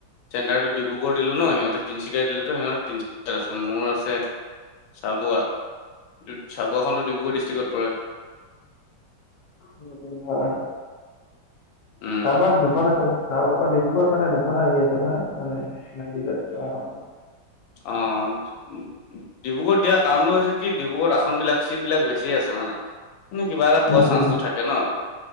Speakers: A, on the left; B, on the left.
A: চেণ্টাৰটো ডিব্ৰগড় দিলো ন সিহঁতে তিনচুকীয়া দিলেটো সিহঁতে তিনিচুকীয়াত আছে মোৰ আছে চাবুৱাত। চাবুৱখনতো ডিব্ৰুগড় ডিষ্ট্ৰিকত পৰে।
B: উম-উম হয়-হয়।
A: উম
B: তাৰপৰা দুখন আছে, অ ডিব্ৰুগড়ত মানে দুখন আহি আছে নহয় মানে
A: অ' ডিব্ৰুগড়ত দিয়া কাৰণটো কি হৈছে কি- ডিব্ৰুগড়ত আসনবিলাক, চিট বিলাক বেছি আছে মানে। মানে কিবা এটা
B: উম
A: পোৱা চান্সটো
B: উম,
A: থাকে ন?